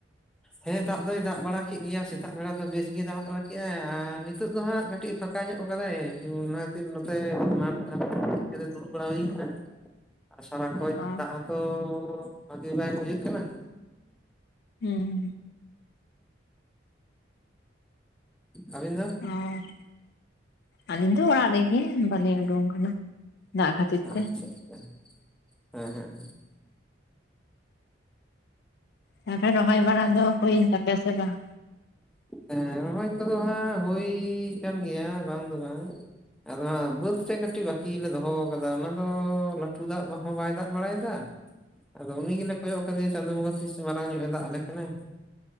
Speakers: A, in the centre; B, on the left (about 60°).
A: ᱦᱮᱸ ᱫᱟᱜ ᱫᱚᱭ ᱫᱟᱜ ᱵᱟᱲᱟ ᱠᱮᱫ ᱜᱮᱭᱟ ᱥᱮᱛᱟᱜ ᱵᱮᱲᱟ ᱫᱚ ᱵᱮᱥ ᱜᱮ ᱫᱟᱜ ᱵᱟᱲᱟ ᱠᱮᱜ-ᱟᱭ ᱟᱨ ᱱᱤᱛᱚᱜ ᱫᱚ ᱦᱟᱸᱜ ᱠᱟᱹᱴᱤᱡ ᱯᱷᱟᱸᱠᱟ ᱧᱚᱜ ᱠᱟᱫᱟᱭ ᱚᱱᱟ ᱠᱷᱟᱹᱛᱤᱨ ᱱᱚᱛᱮ ᱢᱟᱴ <unintelligible> ᱦᱮᱡ ᱠᱟᱛᱮ ᱫᱩᱲᱩᱵ ᱵᱟᱲᱟ ᱦᱩᱭ ᱠᱟᱱᱟ
B: <inaudible>
A: ᱟᱨ ᱥᱟᱨᱟ ᱠᱷᱚᱡ
B: ᱚ
A: ᱫᱟᱜ ᱦᱚᱸᱛᱚ ᱵᱷᱟᱹᱜᱤ ᱵᱟᱝ ᱵᱩᱡᱷᱟᱹᱜ ᱠᱟᱱᱟ
B: ᱦᱩᱸ
A: ᱟᱹᱵᱤᱱ ᱫᱚ
B: ᱟᱨ ᱟᱹᱞᱤᱧ ᱫᱚ ᱚᱲᱟᱜ ᱨᱮᱜᱮ ᱵᱟᱹᱞᱤᱧ ᱩᱰᱩᱝ ᱠᱟᱱᱟ ᱫᱟᱜ ᱠᱷᱟᱹᱛᱤᱨ ᱛᱮ
A: ᱟᱪᱪᱷᱟ ᱟᱪᱪᱷᱟ ᱦᱮᱸ ᱦᱮᱸ
B: ᱛᱟᱦᱚᱞᱮ ᱨᱚᱦᱚᱭ ᱵᱟᱲᱟ ᱫᱚ ᱦᱩᱭᱮᱱ ᱛᱟᱯᱮᱭᱟ ᱥᱮ ᱵᱟᱝ
A: ᱦᱮᱸ ᱨᱚᱦᱚᱭ ᱠᱚᱫᱚ ᱦᱟᱸᱜ ᱦᱩᱭ ᱠᱟᱱ ᱜᱮᱭᱟ ᱵᱟᱝ ᱫᱚ ᱵᱟᱝ ᱟᱫᱚ ᱦᱟᱸᱜ ᱵᱟᱹᱫᱽ ᱥᱮᱫ ᱠᱟᱹᱴᱤᱡ ᱵᱟᱠ ᱠᱤ ᱞᱮ ᱫᱚᱦᱚ ᱟᱠᱟᱫᱟ ᱚᱱᱟ ᱫᱚ- ᱞᱟᱹᱴᱩ ᱫᱟᱜ ᱦᱚᱸ ᱵᱟᱭ ᱫᱟᱜ ᱵᱟᱲᱟᱭᱮᱫᱟ ᱟᱫᱚ ᱩᱱᱤ ᱜᱮᱞᱮ ᱠᱚᱭᱚᱜ ᱟᱠᱟᱫᱮᱭᱟ ᱪᱟᱸᱫᱳ ᱵᱚᱸᱜᱟ ᱛᱤᱥ ᱢᱟᱨᱟᱝ ᱧᱚᱜ ᱮ ᱫᱟᱜ ᱟᱞᱮ ᱠᱟᱱᱟᱭ᱾